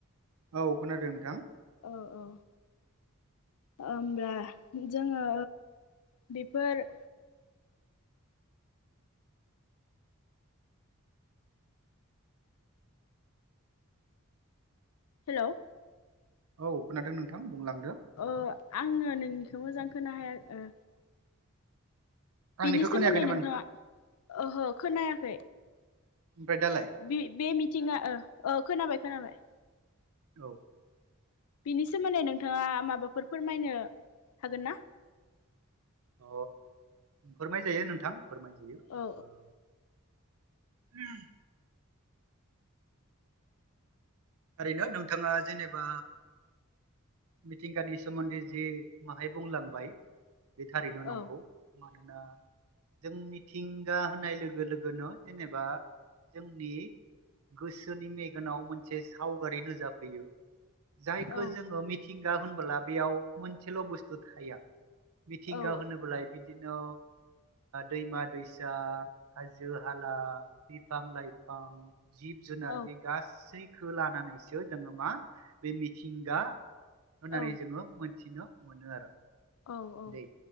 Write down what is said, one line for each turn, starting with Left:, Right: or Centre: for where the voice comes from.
Right: औ खोनादों नोंथां।
Left: औ-औ। ओमब्ला जोङो बेफोर हेल'
Right: औ खोनादों नोंथां बुंला
Left: ओ आङो नोंनिखौ मोजां खोनायाखै। बिनि
Right: आंनिखौ
Left: सोमोन्दै
Right: खोनायाखै नामा
Left: नोंथाङा ओहो खोनायाखै।
Right: ओमफ्राय दालाय
Left: बे बे मिथिंगा ओ खोनाबाय खोनाबाय।
Right: औ
Left: बिनि सोमोन्दै नोंथाङा माबाफोर फोरमायनो हागोन ना?
Right: अ फोरमाय जायो नोंथां फोरमाय जायो
Left: औ
Right: औ <unintelligible> ओरैनो नोंथाङा जेनेबा मिथिंगानि सोमोन्दै जि माहाय बुंलांबाय बे थारैनो
Left: औ
Right: नंगौ मानोना जोंनि मिथिंगा होनाय लोगो लोगोनो जेनेबा जोंनि गोसोनि मेगनाव मोनसे सावगारि नोजाफैयो। जायखौ
Left: औ
Right: जोङो मिथिंगा होनबोला बेयाव मोनसेल' बुस्थु थाया। मिथिंगा
Left: औ
Right: होनोबोलाय बिदिनो दैमा-दैसा हाजो-हाला बिफां लाइफां जिब जुनार
Left: औ
Right: बे गासैखो लानानैसो जोङो मा बे मिथिंगा होननानै
Left: औ
Right: जोङो मोनथिनो मोनो आरो।
Left: औ औ
Right: दै